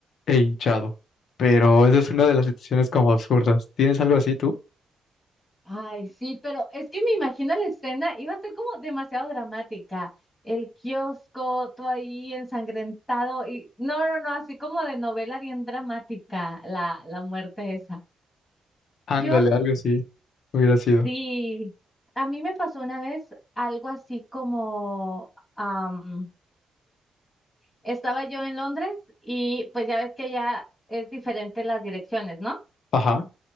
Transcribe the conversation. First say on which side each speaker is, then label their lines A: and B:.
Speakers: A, on the left; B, on the left.
A: e hinchado. Pero esa es una de las situaciones como absurdas. ¿Tienes algo así tú?
B: Ay, sí, pero es que me imagino la escena, iba a ser como demasiado dramática. El kiosco, tú ahí ensangrentado y no, no, no, así como de novela bien dramática, la, la muerte esa.
A: Ándale,
B: Yo
A: algo así hubiera sido.
B: sí, a mí me pasó una vez algo así como, am, estaba yo en Londres y pues ya ves que ya es diferente las direcciones, ¿no?
A: Ajá.